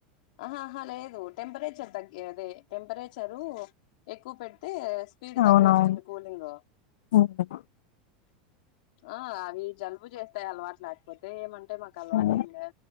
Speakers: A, on the left (about 65°); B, on the left (about 85°).
A: ఆహహా లేదు టెంపరేచర్ తగ్గేదే టెంపరేచరు ఎక్కువ పెడితే స్పీడ్ తక్కువ
B: అవునవును
A: వస్తుంది కూలింగ్ లో
B: హ్మ్.
A: ఆ అవి జలుబు చేస్తాయి అలవాటు లేకపోతే ఏమంటే మాకు అలవాట్
B: హ్మ్.
A: అయిందా